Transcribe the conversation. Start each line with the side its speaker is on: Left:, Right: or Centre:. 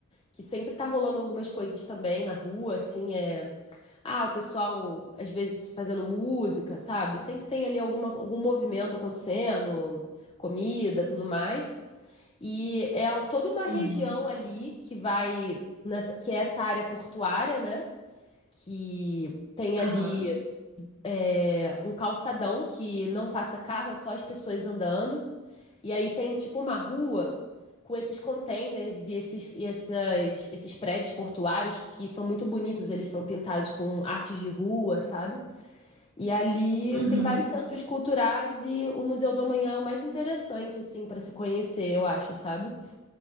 Left: que sempre tá rolando algumas coisas também na rua, assim, é... Ah, o pessoal, às vezes, fazendo música, sabe? Sempre tem ali alguma, algum movimento acontecendo, comida, tudo mais. E é toda uma região
Right: Uhum.
Left: ali que vai, nessa- que é essa área portuária, né? Que tem
Right: Aham.
Left: ali é, um calçadão que não passa carro, é só as pessoas andando. E aí tem tipo uma rua com esses containers e esses, e essas- esses prédios portuários que são muito bonitos, eles estão pintados com artes de rua, sabe? E ali
Right: Uhum.
Left: tem vários centros culturais e o Museu do Amanhã é o mais interessante, assim, para se conhecer, eu acho, sabe?